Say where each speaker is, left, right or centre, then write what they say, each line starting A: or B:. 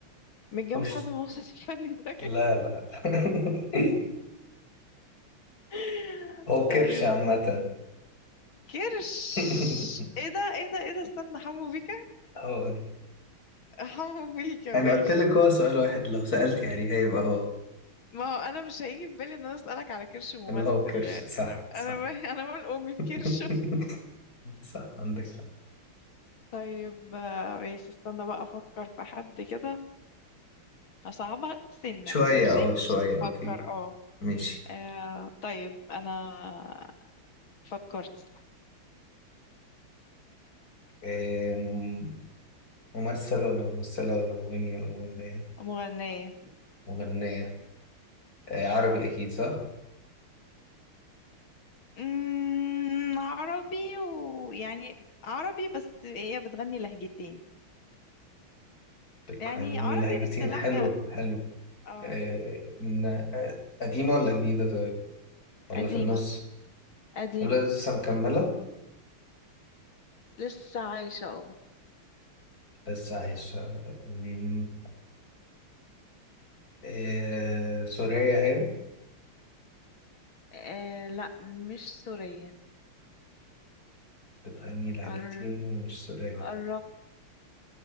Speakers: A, on the left; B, on the left.
A: متجوز
B: هو مش
A: حد من وسط الفني طيب
B: لا لا <laughs> لا
A: <laughs>
B: هو كرش
A: طيب
B: عامة
A: كرش
B: <laughs>
A: ايه ده ايه ده ايه ده استنى حمو بيكا
B: هو
A: حمو بيكا
B: انا
A: ماشي
B: قلت لك هو سؤال واحد لو سألت يعني هيبقى هو
A: ما هو انا مش هيجي في بالي ان انا اسالك على كرش ممثل
B: ان هو كرش
A: يعني
B: صح
A: انا
B: صح
A: انا ب- <laughs> انا مال امي بكرش
B: <laughs> صح عندك حق
A: طيب آه، ماشي استنى بقى افكر في حد كده اصعبها سنة
B: شوية
A: ماشي
B: اه شوية
A: عشان تفكر
B: اوكي
A: اه
B: ماشي
A: آه، طيب انا فكرت
B: أم، ممثل ولا ممثلة ولا مغني ولا مغنية
A: مغنية
B: مغنية آه، عربي أكيد صح
A: مم، عربي ويعني عربي بس هي بتغني لهجتين
B: بتغني
A: يعني عربي
B: لهجتين
A: بس لهجة
B: حلو حلو
A: اه
B: آه، من آه، قديمة ولا جديدة طيب ولا
A: قديمة
B: في النص
A: قديمة
B: ولا لسه مكملة
A: لسه عايشة اه
B: لسه عايشة مم، آه، سورية هي
A: آه، لا مش سورية
B: بتغني لاجتيني
A: قر-
B: ومش سورياني
A: قربت